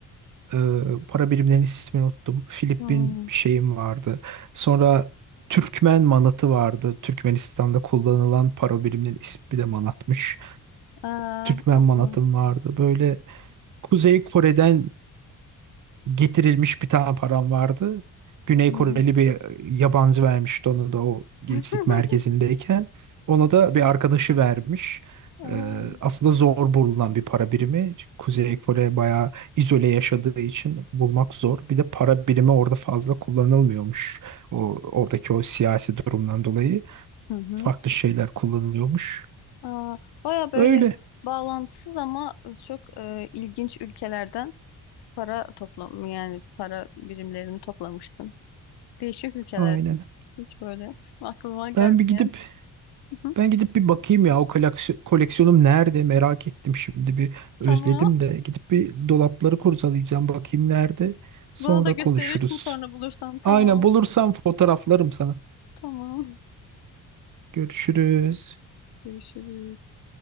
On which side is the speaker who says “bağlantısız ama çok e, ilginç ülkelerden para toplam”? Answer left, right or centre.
Left